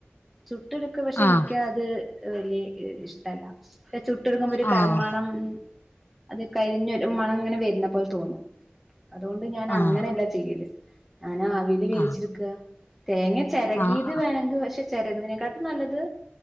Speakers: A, in the centre; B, on the left.
A: ചുട്ട് എടുക്ക് പക്ഷെ
B: ആ
A: എനിക്ക് അത് വലിയ ഇ ഇഷ്ട്ടല്ല ഏ ചുട്ടടുക്കുമ്പൊ ഒരു
B: ആഹ്
A: ക <inaudible> മണം അത് കരിഞ്ഞൊരു മണങ്ങനെ വര്ണപോലെ തോന്നും അതോണ്ട് ഞാനങ്ങനല്ല
B: ആഹ്
A: ചെയ്യല് ഞാനാവീല് വേവിച്ചെടുക്ക
B: ആഹ്
A: തേങ്ങ ചെരകീത്
B: ആഹ് ആഹ്
A: വേണങ്കി പക്ഷെ ചെരകുന്നതിനെ <inaudible> ട്ടും നല്ലത്